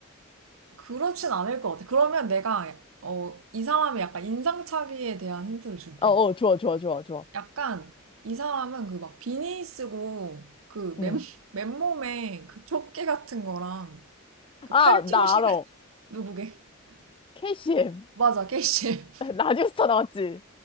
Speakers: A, on the right; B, on the left.
A: 그렇진 않을 것 같아. 그러면 내가, 어, 이 사람의 약간 인상착의에 대한 힌트를 줄게.
B: 어, 어, 좋아, 좋아, 좋아, 좋아.
A: 약간 이 사람은 그 막 비니 쓰고 그 맨,
B: 응.
A: <laughs> 맨몸에 그 조끼 같은 거랑 그
B: 아,
A: 팔토시
B: 나 알아.
A: 같 누구게? <laughs>
B: KCM.
A: 맞아,
B: <laughs>
A: 케이실.
B: 라디오스타 나왔지?